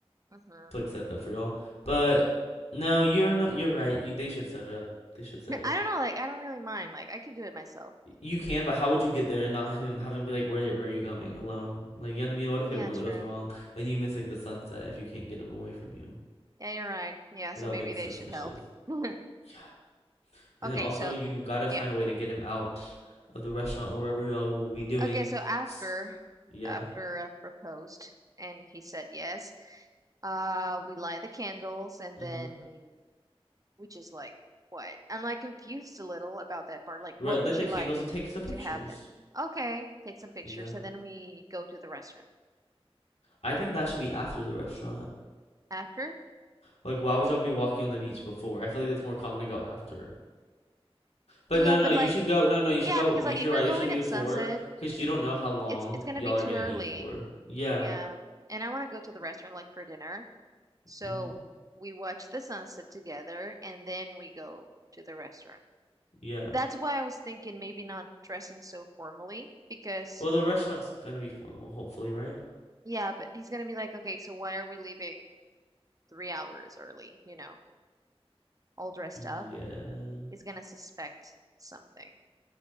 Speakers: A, on the right; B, on the left.
A: hmm
B: like set it up for y'all. But no, you're not. You're right. You they should set it up. They should set it
A: I
B: up.
A: don't know, like I don't really mind. Like I can do it myself.
B: You can, but how would you get there and not him have him be like, where where are you going alone? Like you know what I mean? What if
A: Yeah,
B: it goes
A: true.
B: wrong? Then you miss like the sunset if you can't get him away from you
A: Yeah, you're right. Yeah, so
B: without
A: maybe
B: being
A: they
B: suspicious.
A: should help. <laughs>
B: Yeah, and
A: Okay,
B: then also
A: so
B: you gotta
A: yeah.
B: find a way to get him out of the restaurant or wherever y'all will be doing.
A: Okay, so after
B: S- Yeah.
A: after I proposed and he said yes, uh we light the candles and
B: Mhm.
A: then we just like what? I'm like confused a little about that part. Like
B: Right,
A: what would
B: light the
A: you
B: candles
A: like it
B: and take some pictures.
A: to happen? Okay, take some pictures
B: Yeah.
A: and then we go to the restaurant.
B: I think that should be after the restaurant.
A: After?
B: Like, why would y'all be walking on the beach before? I feel like that's more common to go after. But
A: Yeah,
B: no, no,
A: but
B: you
A: like
B: should go. No, no, you
A: yeah,
B: should go.
A: because
B: You
A: like
B: should
A: if we're
B: right.
A: going
B: It should be
A: at
B: before
A: sunset
B: because you don't know how long
A: It's it's gonna
B: y'all
A: be too
B: are gonna
A: early.
B: eat for. Yeah.
A: Yeah. And I wanna go to the restaurant like for dinner. So
B: Mm-hmm.
A: we watch the sunset together and then we go to the restaurant.
B: Yeah.
A: That's why I was thinking maybe not dressing so formally because
B: Well, the restaurant's gonna be formal, hopefully, right?
A: yeah, but he's gonna be like, okay, so why are we leaving three hours early, you know, all dressed
B: Yeah.
A: up? He's gonna suspect something.